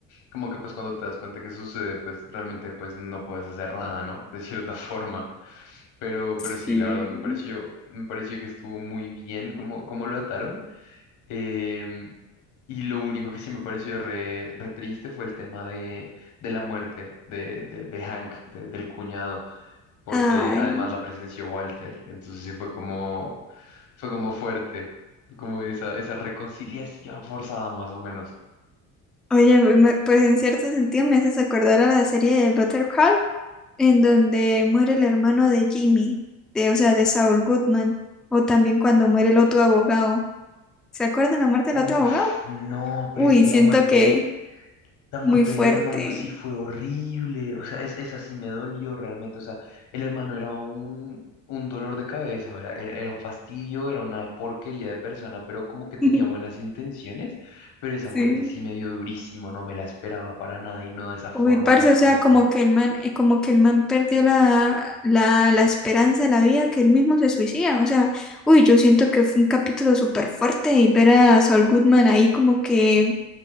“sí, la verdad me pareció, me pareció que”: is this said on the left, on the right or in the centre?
Left